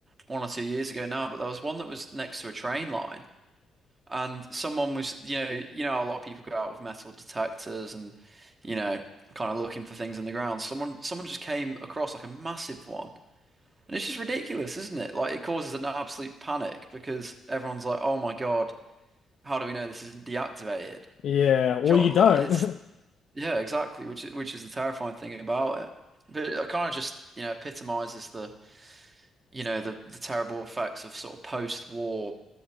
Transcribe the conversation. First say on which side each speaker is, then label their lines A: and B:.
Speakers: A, on the right (about 40°); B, on the left (about 65°).
A: one or two years ago now, but there was one that was next to a train line. and someone was, you know, you know, how a lot of people go out with metal detectors and, you know, kind of looking for things in the ground. Someone, someone just came across like a massive one, and it's just ridiculous, isn't it? Like it causes an absolute panic because everyone's like, "Oh my God, how do we know this isn't deactivated?"
B: Yeah, or
A: Do you
B: you
A: know what,
B: don't.
A: like, It's
B: <laughs>
A: yeah, exactly, which is- which is the terrifying thing about it. But it kind of just, you know, epitomizes the, you know, the the terrible effects of sort of post-war